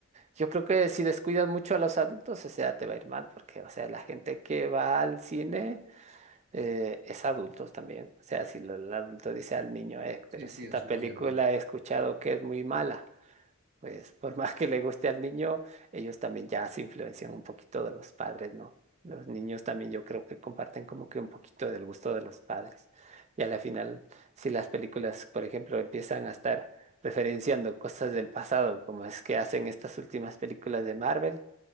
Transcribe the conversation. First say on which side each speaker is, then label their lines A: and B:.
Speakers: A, on the right; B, on the right.
A: yo creo que si descuidas mucho a los adultos, o sea, te va a ir mal, porque, o sea, la gente que va al cine eh, es adultos también. O sea, si lo- el adulto dice al niño, eh,
B: Sí,
A: pero si
B: sí,
A: esta
B: en su
A: película
B: mayoría.
A: he escuchado que es muy mala pues por más que le guste al niño, ellos también ya se influencian un poquito de los padres, ¿no? Los niños también yo creo que comparten como que un poquito del gusto de los padres. Y a la final, si las películas, por ejemplo, empiezan a estar referenciando cosas del pasado, como es que hacen estas últimas películas de Marvel,